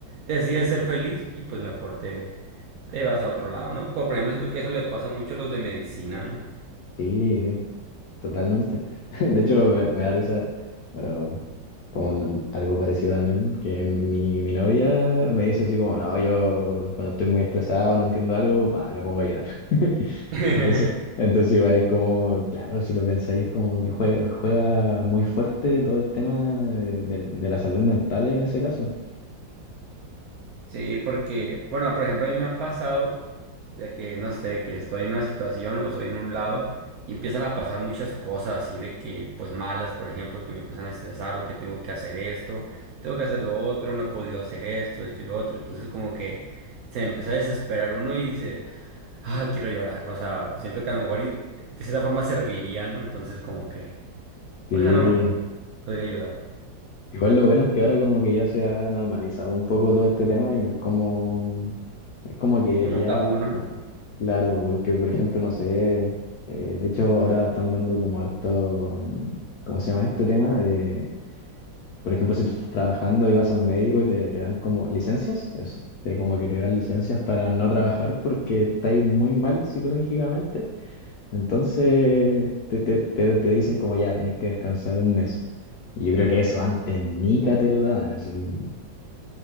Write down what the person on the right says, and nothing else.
decides ser feliz y pues mejor te, te vas a otro lado, ¿no? Como por ejemplo, siento que eso le pasa mucho a los de medicina, ¿no?
<laughs>
Sí, porque, bueno, por ejemplo, a mí me ha pasado de que, no sé, que estoy en una situación o estoy en un lado y empiezan a pasar muchas cosas así de que, pues malas, por ejemplo, que me empiezan a estresar o que tengo que hacer esto, tengo que hacer lo otro, no he podido hacer esto, esto y lo otro. Entonces, como que se empieza a desesperar uno y dice, ah, quiero llorar. O sea, siento que a lo mejor y- de cierta forma serviría, ¿no? Entonces, como que,
pues a lo mejor podría ayudar.
Como
un tabú, ¿no?